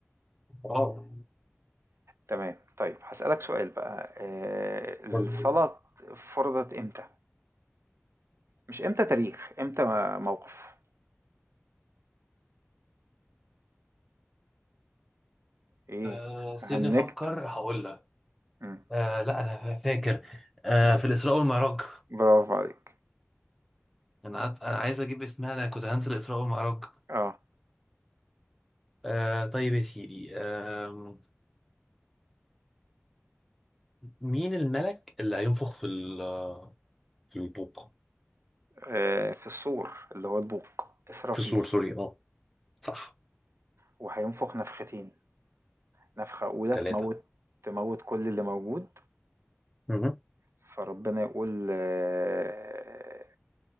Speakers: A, in the centre; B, on the right.
A: اه
B: تمام طيب هسألك سؤال بقى آه، الصلاة
A: طيب.
B: فرضت امتى؟ مش امتى تاريخ امتى موقف ايه
A: آه، سيبني
B: هنكت
A: أفكر هقول لك
B: مم.
A: آه لا أنا فاكر آه في الإسراء والمعراج
B: برافو عليك
A: أنا عايز- أنا عايز أجيب اسمها أنا كنت هنسى الإسراء والمعراج
B: اه
A: آه طيب يا سيدي آه مين الملك اللي هينفخ في ال في البوق
B: آه، في الصور اللي هو البوق إسرافيل
A: في السور سوري اه صح
B: وهينفخ نفختين نفخة أولى
A: ثلاثة
B: تموت تموت كل اللي موجود
A: مهم.
B: فربنا يقول آه،